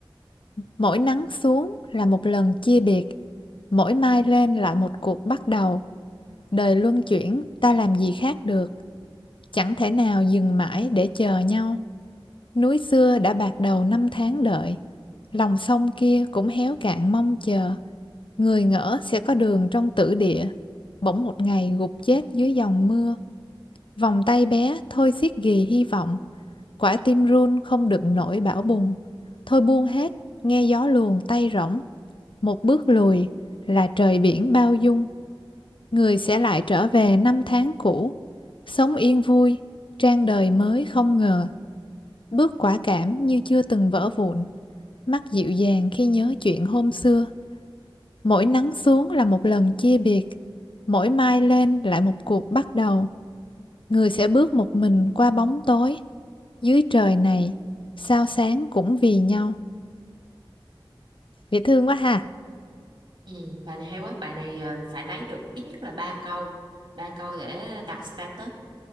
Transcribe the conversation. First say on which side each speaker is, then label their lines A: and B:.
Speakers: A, on the left (about 70°); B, on the right (about 65°).
A: mỗi nắng xuống là một lần chia biệt mỗi mai lên lại một cuộc bắt đầu đời luân chuyển ta làm gì khác được chẳng thể nào dừng mãi để chờ nhau Núi xưa đã bạc đầu năm tháng đợi, lòng sông kia cũng héo cạn mong chờ. Người ngỡ sẽ có đường trong tử địa, bỗng một ngày gục chết dưới dòng mưa. Vòng tay bé thôi xiết ghì hy vọng, quả tim run không đựng nổi bão bùng. Thôi buông hết, nghe gió luồn tay rỗng, một bước lùi là trời biển bao dung. Người sẽ lại trở về năm tháng cũ, sống yên vui, trang đời mới không ngờ, bước quả cảm như chưa từng vỡ vụn. Mắt dịu dàng khi nhớ chuyện hôm xưa, mỗi nắng xuống là một lần chia biệt, mỗi mai lên lại một cuộc bắt đầu. Người sẽ bước một mình qua bóng tối, dưới trời này, sao sáng cũng vì nhau. Dễ thương quá ha.
B: Ừ. Bài này hay quá. Bài này à, phải lấy được ít nhất là ba câu. Ba câu để đặt status